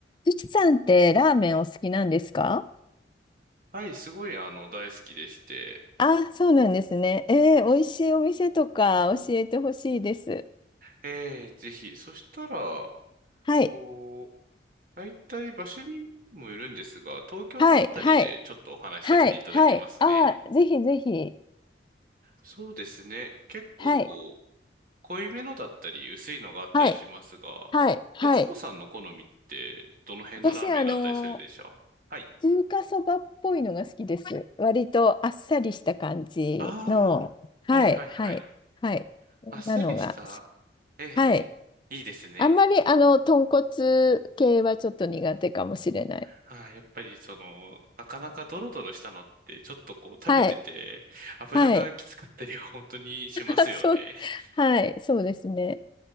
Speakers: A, on the left (about 25°); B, on the right (about 50°).
A: ゆきさんってラーメンお好きなんですか
B: はい、すごい、あの、大好きでして。
A: あ、そうなんですね。えー、
B: え
A: 美味しいお店とか教えてほしいです。
B: え、ええぜひ。そしたら、
A: はい、
B: こう、大体場所にもよるんですが、東京のあたりでちょっとお話しさせていただきますね。
A: はい、はい、はい、はい。あー、ぜひぜひ。
B: そうですね。結構こう、
A: はい、
B: 濃いめのだったり、薄いのがあったりしますが、
A: はい、はい、はい。
B: 悦子さんの好みって、どの辺のラーメンだったりするでしょうはい。
A: 私、あの中華そばっぽいのが好きです。割とあっさりした感じの、
B: ああ、
A: はい、
B: はいはいはい。
A: はい、はい。こんなのが好き。
B: あっさりした。ええ、ええいいですね。
A: はい。あんまり、あの、豚骨系はちょっと苦手かもしれない。
B: はい、やっぱりその、なかなかドロドロしたのって、ちょっとこう食べてて、
A: はい。
B: 油がきつかったりは本当にしますよね。
A: はい。あそう、
B: <laughs>
A: はい、そうですね。